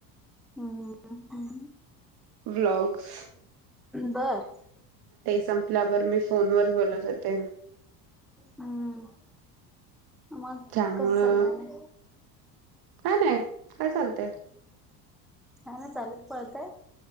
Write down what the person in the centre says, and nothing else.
हम ह.
बरं <inaudible>
हम् मग
कसं चाललंय आणि.
हा ना चालेूच पळतय.